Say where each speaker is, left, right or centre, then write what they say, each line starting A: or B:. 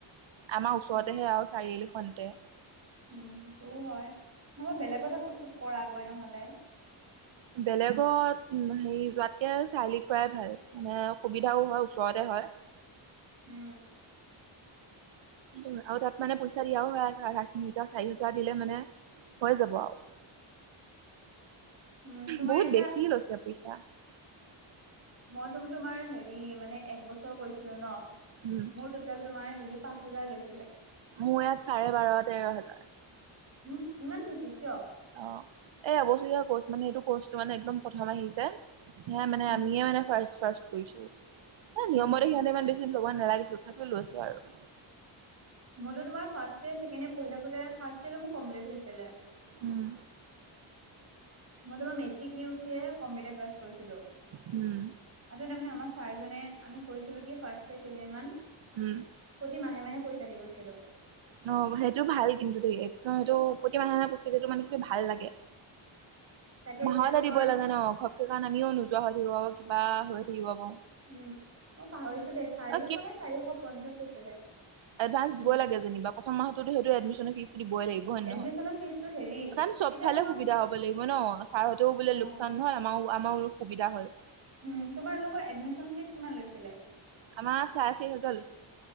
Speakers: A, on the right; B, on the right.
A: আমাৰ ওচৰতেহে
B: উম,
A: আৰু চাৰিআলি খনতে।
B: উম, সেইটোও হয় নহ'বা বেলেগতে ক কৰাগৈ নহ'লে।
A: বেলেগত হেৰি যোৱাতকে চাৰিআলিত কৰাোৱাই ভাল। মানে সুবিধাও হয় ওচৰতে হয়।
B: উম,
A: সেইটো আৰু তাত মানে পইচা দিয়াও হয় আছে আধা খিনি এতিয়া চাৰি হোজাৰ দিলে মানে হৈ যাব আৰু।
B: উম, তোমাৰ
A: বহুত
B: এতিয়া
A: বেছি লৈছে পইচা।
B: মই তোম, তোমাৰ হেৰি মানে একবছৰ কৈছিলো ন
A: উম
B: মোৰ তোমাৰ হেৰি পাঁচ হাজাৰ লৈছিলে।
A: মোৰ ইয়াত চাৰে বাৰ, তেৰ হাজাৰ।
B: উম, ইমান বেছি কিয়?
A: অ, এই আৱচৰীয়া কৰ্চ মানে এইটো কৰ্চটো মানে একদম প্ৰথম আহি যে সে মানে
B: উম,
A: আমিয়ে মানে ফাৰ, ফাৰ কৰিছো নিয়মতে
B: উম,
A: সিহতে ইমান বেছি। ল'ব নালাগিছিল তাকো লৈছে আৰু।
B: মইটো তোমাৰ ফাৰ্ষ্টইয়াৰ, ছেকেণ্ডয়ৰ পঢ় থাকোতো ফাৰ্ষ্টইয়াৰতে ম কম্লিট হৈছে।
A: উম।
B: মই তোমাৰ মেট্ৰিক দি উঠিয়ে কম্পিউটাৰ ক্লাছ কৰিছিলো।
A: উম।
B: আ, তাৰমানে আমাৰ ছাৰজনে আমি কৰিছিলো কি ফাৰ্ষ কেইদিনমান।
A: উম।
B: প্ৰতি মাহে, মাহে পইচা দি গৈছিলো।
A: ন, সেইটো ভাল কিন্তু দ, একদম সেইটো প্ৰতি মানে মহে প্ৰস্ততি সেইটো মানে কিবা ভাল লাগে।
B: তাকে
A: মাহতা
B: তেতিয়া তোমাৰ
A: দি'ব লাগে ন। সেই কাৰণে আমিও নোযোৱা হৈ থাকিব পাৰো কিবা হৈ থাকিব পাৰো।
B: উম, মই পাহৰিছো দে চাৰিশ
A: অ
B: নে চাৰিশ, পঞ্চাশ আছিলে।
A: এডভানঞ্চ
B: উম,
A: দিব লাগে যেনিবা প্ৰথ মাহতো সেইটো এডিচনৰ ফজ দই লাগিব হয়, ন।
B: এডমিচনৰ ফিজ টো হেৰি
A: কাৰণ চব
B: তেতিয়া
A: ফালে
B: তোমাৰ
A: সুবিধা হব লাগিব ন চাৰতেও বোলে
B: অ',
A: লোকচান নহয়। আমাৰও, আমাৰ সুবিধা হয়।
B: উম, তোমাৰ লগোকৰ এডমিশন ফিজ কিমান লৈছিলে?
A: আমাৰ চাৰে চাৰি হাজাৰ লৈছে